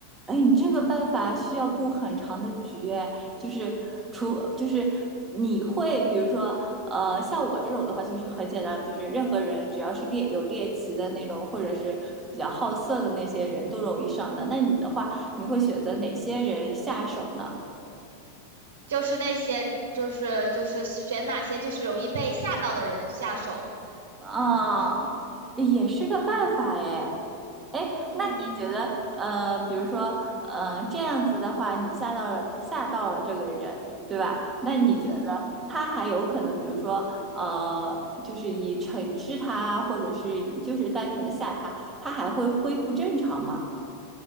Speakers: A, on the right; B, on the right.
A: 哎，你这个办法需要布很长的局，哎，就是除就是你会，比如说，呃，像我这种的话，其实很简单，就是任何人只要是猎有猎奇的那种，或者是比较好色的那些人都容易上当。那你的话，你会选择哪些人下手呢？
B: 就是那些，就是就是选哪些就是容易被吓到的人下手
A: 啊，
B: 嘛，就是，
A: 也是个办法哎。哎，
B: 嗯
A: 那你觉得，呃，比如说，呃，这样子的话，你吓到了吓到了这个人，对吧？那你觉得他还有可能，
B: 嗯。
A: 比如说，呃，就是以惩治他，或者是以就是单纯的吓他，他还会恢复正常吗？